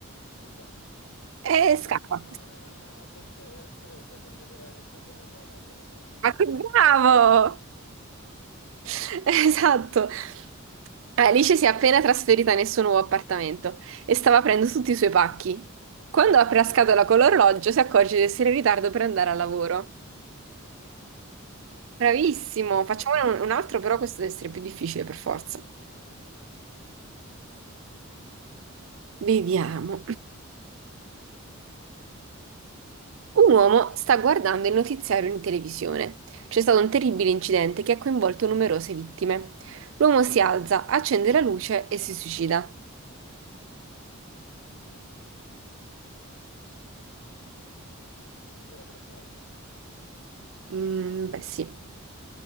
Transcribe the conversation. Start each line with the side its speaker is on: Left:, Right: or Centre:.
Left: Fuori casa.
Right: E scappa.
Left: Ah, perché era scop- che ho capito che era in ritardo per andare a lavoro.
Right: Ma che bravo! <laughs> Esatto. Alice si è appena trasferita nel suo nuovo appartamento e stava aprendo tutti i suoi pacchi. Quando apre la scatola con l'orologio, si accorge di essere in ritardo per andare al lavoro.
Left: Ci sta.
Right: Bravissimo,
Left: È
Right: facciamone
Left: lì.
Right: un un altro, però questo deve essere più difficile per forza. Vediamo. Un uomo sta guardando il notiziario in televisione. C'è stato un terribile incidente che ha coinvolto numerose vittime. L'uomo si alza, accende la luce e si suicida.
Left: Putt- Il suicidio era volontario.
Right: Mm, beh, sì.